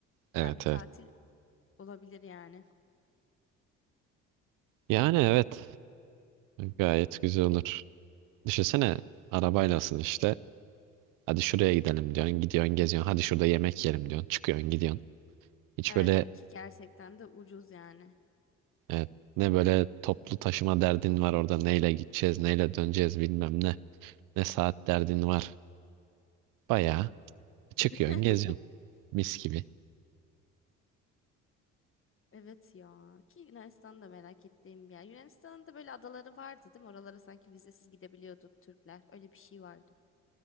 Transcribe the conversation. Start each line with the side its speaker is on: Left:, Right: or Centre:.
Left: Güzel
Right: Evet
Left: bir tatil
Right: evet.
Left: olabilir yani.
Right: Yani evet gayet güzel olur. Düşünsene arabaylasın işte. Hadi şuraya gidelim diyorsun. Gidiyorsun geziyorsun. Hadi şurada yemek yiyelim diyorsun. Çıkıyorsun gidiyorsun. Hiç
Left: Evet
Right: böyle
Left: ve ki gerçekten de ucuz yani.
Right: evet, ne böyle toplu taşıma derdin var orada. Neyle gideceğiz neyle döneceğiz bilmem ne. Ne saat derdin var. Bayağı çıkıyorsun
Left: <laughs>
Right: geziyorsun. Mis gibi.
Left: Evet ya ki Yunanistan'da merak ettiğim bir yer. Yunanistan'ın da böyle adaları vardı değil mi? Oralara sanki vizesiz gidebiliyorduk Türkler. Öyle bir şey vardı.